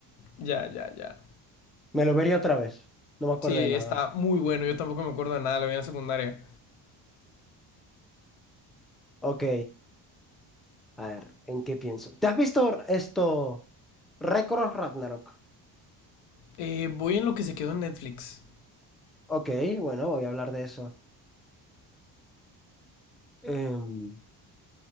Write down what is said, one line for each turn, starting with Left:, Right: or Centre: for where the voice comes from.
Left: ya, ya, ya.
Centre: Me lo vería otra vez. No me acuerdo
Left: Sí,
Centre: de nada.
Left: está muy bueno. Yo tampoco me acuerdo de nada, lo vi en la secundaria.
Centre: Ok. A ver, ¿en qué pienso? ¿Te has visto esto? Récord Ragnarok.
Left: Eh, voy en lo que se quedó en Netflix.
Centre: Ok, bueno, voy a hablar de eso. Em,